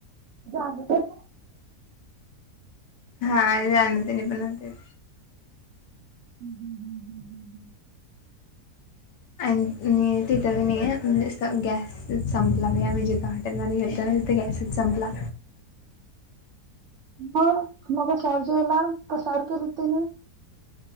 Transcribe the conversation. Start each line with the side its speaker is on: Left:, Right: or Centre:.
Right: जन तर
Left: हा जानु तेनी पण होते
Right: हम्म हम्म हम्म हम्म हम्म हम्म
Left: आणि तिथं नाही म्हणजे गॅसच संपला भ आम्ही जिथे हॉटेलमध्ये घेतलो ना तिथे गॅसच संपला
Right: मग मग सार जेवला प सार केली त्याने